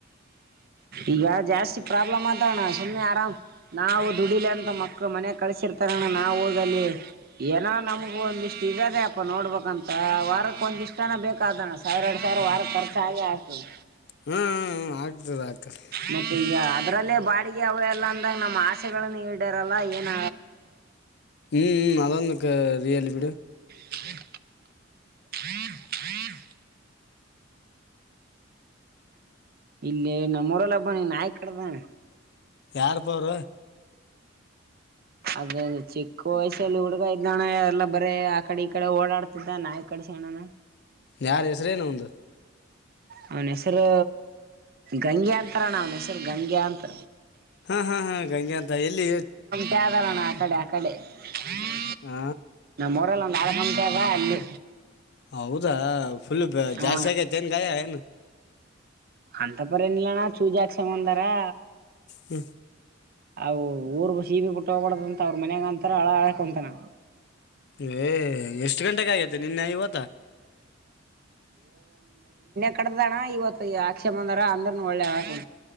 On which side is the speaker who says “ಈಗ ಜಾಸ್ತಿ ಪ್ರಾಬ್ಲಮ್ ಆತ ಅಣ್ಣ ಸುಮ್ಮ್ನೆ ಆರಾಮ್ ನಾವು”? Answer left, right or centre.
Right